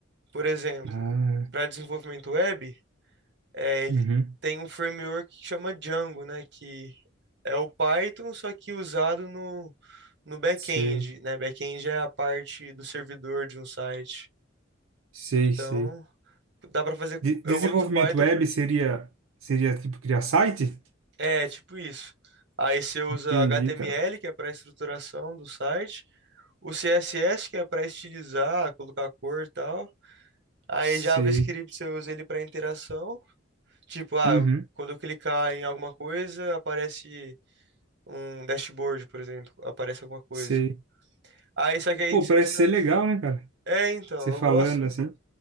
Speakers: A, on the right; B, on the right.
A: por exemplo,
B: Ah,
A: para desenvolvimento web, É, ele
B: uhum.
A: tem um framework que chama Django, né? Que é o Python, só que usado no, no back-end,
B: Sei,
A: né? Back-end é a parte do servidor de um site.
B: sei,
A: Então,
B: sei.
A: dá para fazer.
B: De-
A: Eu
B: desenvolvimento
A: gosto do Python
B: web
A: porque
B: seria, seria, tipo, criar site?
A: é tipo isso. Aí você usa
B: Entendi,
A: HTML,
B: cara.
A: que é para estruturação do site, o CSS, que é para estilizar, colocar cor e tal. Aí
B: Sei.
A: JavaScript você usa ele para interação. Tipo, ah,
B: Uhum.
A: eu- quando eu clicar em alguma coisa, aparece um dashboard, por exemplo, aparece alguma coisa.
B: Sei.
A: Aí só que aí
B: Pô,
A: você
B: parece
A: precisa.
B: ser legal, né, cara?
A: É, então,
B: Você
A: eu
B: falando
A: gosto,
B: assim.